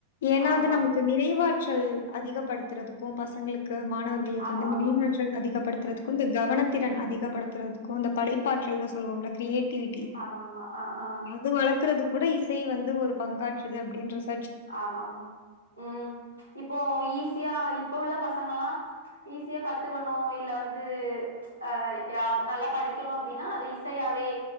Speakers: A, on the left; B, on the right.
A: ஏன்னா
B: ஆமா
A: அது நமக்கு நிறைவாட் ட்ரல் அதிகப்படுத்துறதுக்கும் பசங்களுக் க்கு மாணவர்களுக்கு
B: ஆமா
A: வந்து
B: ஆமா
A: நினைவாற்றல் அதிகப்படுத்துறதுக்கு இந்த கவனத் திறன் அதிகப்படுத்துறதுக்கும் இந்தப் படைப்பாற்றல்ன்னு சொல்லுவம்ல கிரியேட் ட்டிவிட்டி
B: ஆமா ஆமா ஆ ஆ
A: அது வளக்கரதுக் கூட இசை வந்து ஒரு பங்காற்றுது அப்டின்றஸ்
B: ஆமாமா உம் மச் இப்போ ஈஸியா இப்ப உள்ள பசங் சங்கல்லா மச் ஈஸியா கத்துக்கணு இல்ல வந் து ப்ச் அ யாப். நல்லா படிக்கணு அப்டினா அத இசையாவே